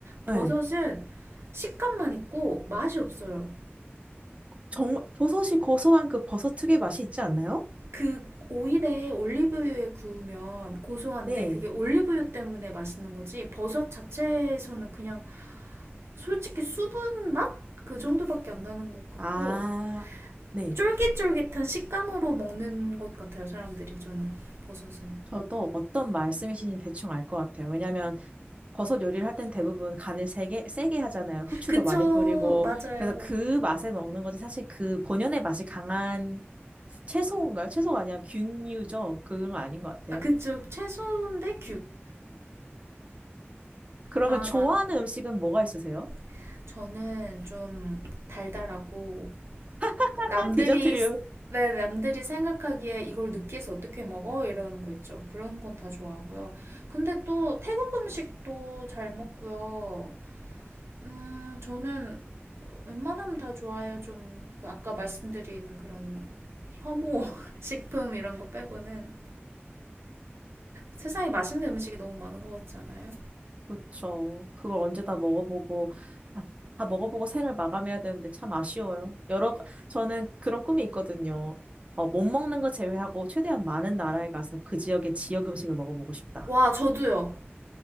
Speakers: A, on the right; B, on the right.
A: 버섯은
B: 네.
A: 식감만 있고 맛이 없어요.
B: 정말 버섯이 고소한 그 버섯 특유의 맛이 있지 않나요?
A: 그 오일에 올리브유에 구우면 고소한데
B: 네.
A: 그게 올리브유 때문에 맛있는 거지 버섯 자체에서는 그냥 솔직히 수분 맛? 그 정도밖에 안 나는 것 같고
B: 아, 네.
A: 쫄깃쫄깃한 식감으로 먹는 것 같아요 사람들이 저는 버섯은
B: 저도 어떤 말씀이신지 대충 알 것 같아요. 왜냐면 버섯 요리를 할 땐 대부분 간을 세게, 세게 하잖아요. 후추도
A: 그쵸
B: 많이 뿌리고.
A: 맞아요
B: 그래서 그 맛에 먹는 거지. 사실 그 본연의 맛이 강한 채소인가요? 채소가 아니라 균류죠. 그건 아닌 것 같아요.
A: 아 그쵸 채소인데
B: 그러면
A: 균아만
B: 좋아하는 음식은 뭐가 있으세요?
A: <laughs> 저는 좀 달달하고
B: <laughs>
A: 남들이
B: 디저트류.
A: 네, 남들이 생각하기에 이걸 느끼해서 어떻게 먹어? 이런 거 있죠. 그런 건 다 좋아하고요. 근데 또 태국 음식도 잘 먹고요. 음, 저는 웬만하면 다 좋아요. 좀 아까 말씀드린 그런 혐오 <laughs> 식품 이런 거 빼고는 세상에 맛있는 음식이 너무 많은 것 같지 않아요?
B: 그쵸. 그걸 언제 다 먹어보고, 아, 다 먹어보고 생을 마감해야 되는데 참 아쉬워요. 여러, 저는 그런 꿈이 있거든요. 어, 못 먹는 거 제외하고 최대한 많은 나라에 가서 그 지역의 지역 음식을 먹어보고 싶다.
A: 와, 저도요.